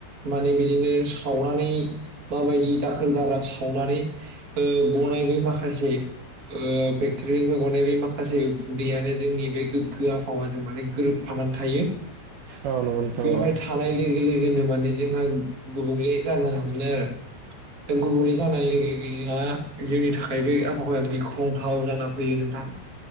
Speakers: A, on the right; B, on the right.
A: माने बिदिनो सावनानै माबायदि दाखोर दारा सावनानै ओ गनाय बे माखासे ओ‌ फेक्टरिनिफ्राय गनाय बे माखासे उखुन्दैयानो जोंनि बे गोग्गो आबहावाजों माने गोरोबफा थायो
B: औ नंगौ नोंथां
A: बेवहाय
B: नंगौ
A: थानाय लोगो लोगो लोनो माने जोंहा गुबुंले जानो हमनो आरो दा गुबुंले जानाय लोगो लोगो जोंहा जोंनि थाखाय बे आबहाावाया गिख्रंथाव जाना फैयो नोंथां